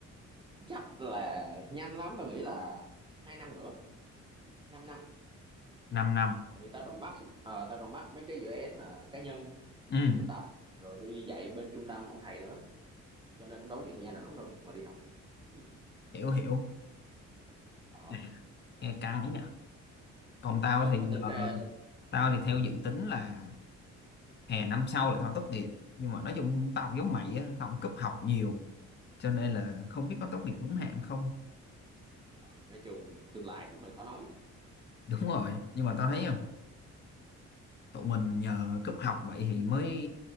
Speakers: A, on the right; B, on the left.
A: chắc là nhanh lắm tao nghĩ là hai năm nữa 5 năm
B: 5 năm. năm.
A: tại vì tao còn mắt ờ, tao còn mắt mấy cái dự án ờ, cá nhân
B: Ừ.
A: đi thực tập rồi đi dạy bên trung tâm ông thầy nữa cho nên cũng đâu có nhiều thời gian rảnh đâu mà đi học Ừ.
B: Hiểu, hiểu.
A: ờ
B: Dạ. Nghe căng ấy nhỉ. Còn tao
A: ơi
B: thì
A: mà tính
B: giờ,
A: ra
B: tao thì theo dự tính là hè năm sau là tao tốt nghiệp. Nhưng mà nói chung tao cũng giống mày á, tao cũng cúp học nhiều. cho nên là không biết có tốt nghiệp đúng hạn không
A: ờ, nói chung tương lai cũng hơi khó nói
B: đúng rồi nhưng mà tao thấy à, tụi mình nhờ cúp học vậy thì mới